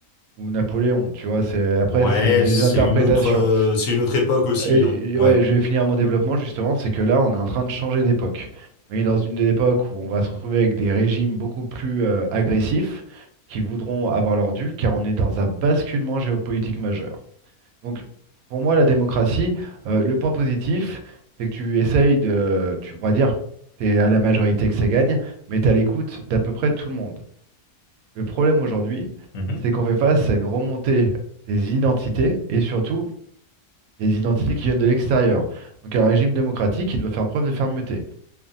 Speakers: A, on the right; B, on the left.
A: ou Napoléon, tu vois, c'est après
B: Ouais,
A: c'est des
B: c'est
A: interprétations.
B: une autre, euh, c'est une autre époque aussi,
A: Et
B: hein.
A: et
B: Ouais.
A: ouais, je vais finir mon développement justement, c'est que là on est en train de changer d'époque. On est dans une des époques où on va se retrouver avec des régimes beaucoup plus euh, agressifs qui voudront avoir leur dû, car on est dans un basculement géopolitique majeur. Donc pour moi la démocratie, euh, le point positif, c'est que tu essayes de, tu, on va dire, c'est à la majorité que ça gagne, mais tu à l'écoute d'à peu près tout le monde. Le problème aujourd'hui,
B: Mhm.
A: c'est qu'on fait face à une remontée des identités et surtout des identités qui viennent de l'extérieur. Donc un régime démocratique qui doit faire preuve de fermeté.